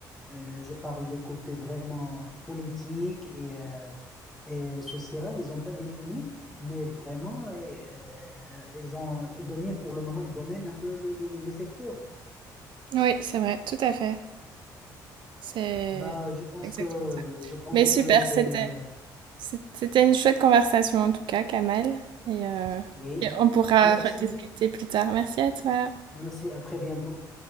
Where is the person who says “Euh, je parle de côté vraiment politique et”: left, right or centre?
Centre